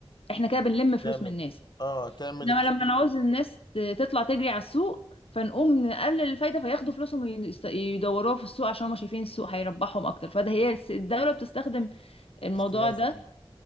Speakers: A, on the left; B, on the left.
A: احنا كده بنلم فلوس
B: تعمل
A: من الناس
B: اه تعمل
A: انما
B: اقتصاد
A: لما نعوز الناس ت- تطلع تجري على السوق فنقوم نقلل الفايده فياخدوا فلوسهم ويست- يدوروها في السوق عشان هما شايفين السوق هيربحهم اكتر فده هي الس- الدوله بتستخدم الموضوع
B: سياسة
A: ده
B: دي